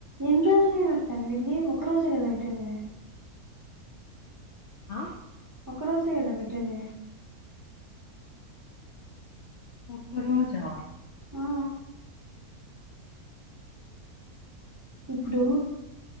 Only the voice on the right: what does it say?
ఎన్ని రోజులు పెడతాను లీవ్ ఒక రోజు కదా పెట్టది
ఒక రోజే కదా పెట్టేది
ఆ ఇప్పుడు